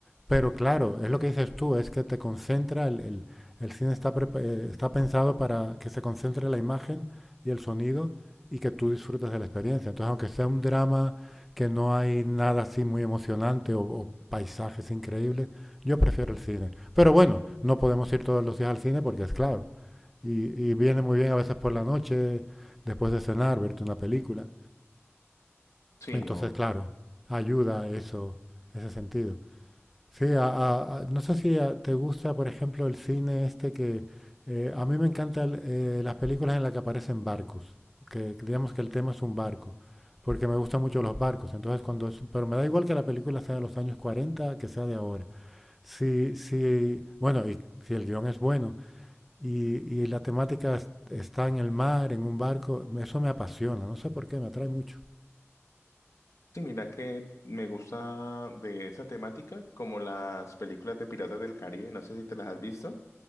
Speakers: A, in the centre; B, on the left.
A: pero claro, es lo que dices tú, es que te concentra, el, el- el cine está, prepa- eh, está pensado para que se concentre la imagen y el sonido y que tú disfrutes de la experiencia. Entonces, aunque sea un drama que no hay nada así muy emocionante o, o paisajes increíbles, yo prefiero el cine. Pero bueno, no podemos ir todos los días al cine porque es claro. Y, y viene muy bien a veces por la noche, después de cenar, verte una película.
B: Sí,
A: Entonces,
B: no.
A: claro, ayuda eso, ese sentido. Sí, a- a- a- no sé si a- te gusta, por ejemplo, el cine este que eh, a mí me encantan eh, las películas en las que aparecen barcos, que que digamos que el tema es un barco, porque me gustan mucho los barcos. Entonces, cuando es- pero me da igual que la película sea de los años 40 que sea de ahora. Si, si, bueno, y si el guión es bueno y, y la temática es- está en el mar, en un barco, eso me apasiona, no sé por qué, me atrae mucho.
B: Sí, mira que me gusta de esa temática, como las películas de Piratas del Caribe, no sé si te las has visto.